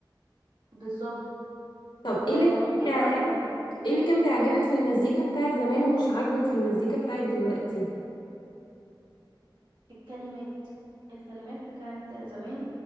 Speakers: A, on the right (about 75°); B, on the left (about 85°).
A: بالظبط
B: طب ايه
A: آه
B: اللي كان
A: ممكن
B: بيعجبك
A: ورده
B: ايه اللي كان بيعجبك في المزيكا بتاعت زمان ومش عاجبك في المزيكا بتاعت دلوقتي
A: الكلمات الكلمات بتاعت زمان